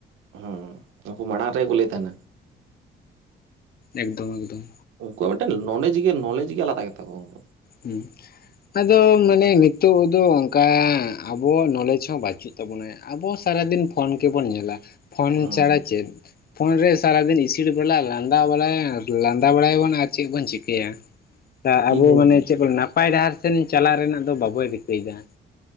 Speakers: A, on the right; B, on the left.
A: ᱦᱩᱸ, ᱩᱝᱠᱩ ᱢᱟᱲᱟᱝ ᱨᱮ ᱠᱚ ᱞᱟᱹᱭ ᱛᱟᱦᱮᱱᱟ᱾
B: ᱮᱠᱫᱚᱢ, ᱮᱠᱫᱚᱢ᱾
A: ᱩᱝᱠᱩᱣᱟᱜ ᱢᱮᱴᱮᱱ ᱱᱚᱞᱮᱡᱽ ᱜᱮ, ᱱᱚᱞᱮᱡᱽ ᱜᱮ ᱟᱞᱟᱫᱟ ᱜᱮᱛᱟ ᱠᱚᱣᱟ ᱩᱝᱠᱩ
B: ᱩᱸ᱾ ᱟᱫᱚ ᱢᱟᱱᱮ ᱱᱤᱛᱳᱜ ᱫᱚ ᱚᱝᱠᱟᱸᱻ ᱟᱵᱚ ᱱᱚᱞᱮᱡᱽ ᱦᱚᱸ ᱵᱟᱪᱩᱜ ᱛᱟᱵᱚᱱᱟ᱾ ᱟᱵᱚ ᱥᱟᱨᱟᱫᱤᱱ ᱯᱷᱳᱱ ᱜᱮᱵᱚᱱ ᱧᱮᱞᱟ᱾ ᱯᱷᱳᱱ
A: ᱦᱩᱸ
B: ᱪᱟᱲᱟ ᱪᱮᱫ? ᱯᱷᱳᱱ ᱨᱮ ᱥᱟᱨᱟᱫᱤᱱ ᱤᱥᱤᱲ ᱵᱟᱞᱟ, ᱞᱟᱸᱫᱟ ᱵᱟᱞᱟᱭᱟᱸᱻ, ᱞᱟᱸᱫᱟ ᱵᱟᱲᱟᱭᱟᱵᱚᱱ ᱟᱨ ᱪᱮᱜ ᱵᱚᱱ ᱪᱤᱠᱟᱹᱭᱟ? ᱫᱟ ᱟᱵᱚ
A: ᱤᱱᱟᱹᱜᱮ
B: ᱢᱟᱱᱮ ᱪᱮᱜ ᱠᱚᱞ ᱱᱟᱯᱟᱭ ᱰᱟᱦᱟᱨ ᱥᱮᱱ ᱪᱟᱞᱟᱜ ᱨᱮᱱᱟᱜ ᱫᱚ ᱵᱟᱵᱚ ᱨᱤᱠᱟᱹᱭᱫᱟ᱾